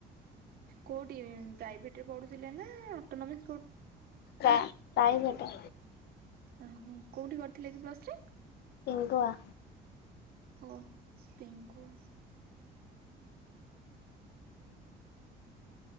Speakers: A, on the right; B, on the left.
A: କେଉଁଠି ପ୍ରାଇଭେଟ୍ ରେ ପଢ଼ୁଥିଲେ ନା? ଅଟୋନୋମିସ୍
B: ପ୍ରା ପ୍ରାଇଭେଟ୍।
A: ଓ ହୋ କୋଉଠି କରିଥିଲେ କି ପ୍ଲସ୍ ଥ୍ରୀ?
B: ଲିଙ୍ଗୁଆ
A: ଓ ହୋ ପିଙ୍ଗୁ
B: <inaudible>